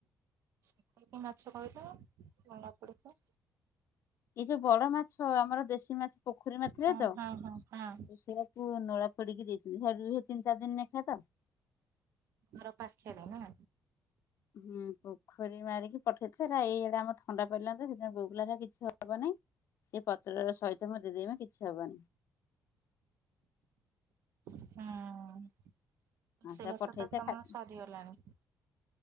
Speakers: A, on the right (about 75°); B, on the left (about 70°).
A: ମୁଁ କହିଲି କି ମାଛ କହିଲ <inaudible>
B: ଏଇ ଯୋଉ ବଡ ମାଛ ଆମର ଦେଶୀ ମାଛ ପୋଖରୀ ମାଛ
A: ହଁ
B: ଜାଣିଛ?
A: ହଁ ହଁ ହଁ।
B: ପୁଅ ନଳା ପୋଡିକି ଦେଇଛନ୍ତି ସେ ସେ ତିନି ଚାର ଦିନ ନେଖା ତ
A: ଘର ପାଖରେ ନା?
B: ହୁଁ ପୋଖରୀ ମାରିକି ପଠେଇଥା ଏଇଆଡା ଆମର ଥଣ୍ଡା ପଡିଲାନତା ସେଥିିନ ବୁଗୁଲାଟା କିଛି ହବ ନାହିଁ ସେ ପତ୍ର ସହିତ ମତେ <inaudible> କିଛି ହବନି।
A: ହୁଁ ରୋଷେଇବାଷ
B: ଆଉ ସେରା ପଠେଇଥିଲେ
A: ତା ହେଲେ ତମର
B: ଖାଇ
A: ସରିଗଲାଣି?